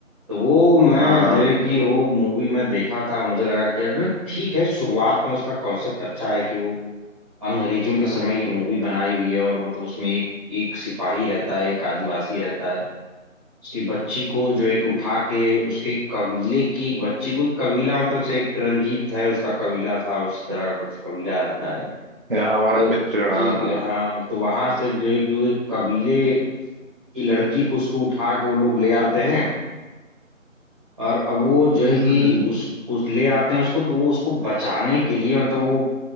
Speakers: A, in the centre; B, on the right.
A: तो वो मैं
B: हाँ
A: जो
B: हाँ
A: है कि वो मूवी में देखा था मुझे लगा कि यार ठीक है शुरुआत में उसका कॉन्सेप्ट अच्छा है कि वो अंग्रेजों के
B: हम्म
A: समय की मूवी बनाई हुई है और मतलब उसमें एक एक सिपाही रहता
B: <laughs>
A: है एक
B: हम्म।
A: आदिवासी रहता है उसकी बच्ची को जो है कि उठा के उसके कबीले की एक बच्ची को कबीला मतलब से एक रंजीत है उसका कबीला था उसी तरह का कुछ कबीला रहता है
B: यहाँ हमारा
A: तो
B: मित्रगण
A: जी
B: हाँ
A: हाँ तो वहां से जो है कि वो एक कबीले की लड़की को उसको उठा के वो लोग ले आते हैं और अब वो जो है
B: हम्म
A: कि
B: हम्म।
A: उस उस ले आते हैं उसको तो वो उसको बचाने के लिए मतलब वो